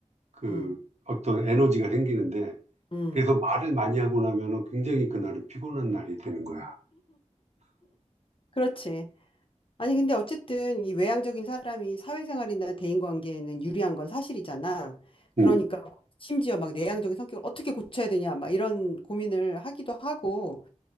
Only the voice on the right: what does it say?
그
어떤 에너지가 생기는데
그래서 말을 많이 하고 나면은 굉장히 그날은 피곤한 날이 되는 거야.
음,